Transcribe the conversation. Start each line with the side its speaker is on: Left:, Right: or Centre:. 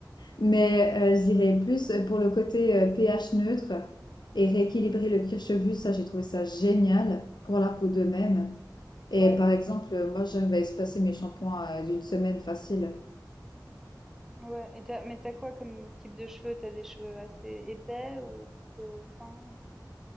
Left: Mais euh, je dirais plus euh, pour le côté euh, pH neutre et rééquilibrer le cuir chevelu, ça j'ai trouvé ça génial pour la peau de même. Et
Centre: Ouais.
Left: par exemple, euh, moi j'arrive à espacer mes shampoings euh, d'une semaine facile.
Centre: Ouais. Et t'as, mais t'as quoi comme type de cheveux? T'as des cheveux assez épais ou plutôt fins?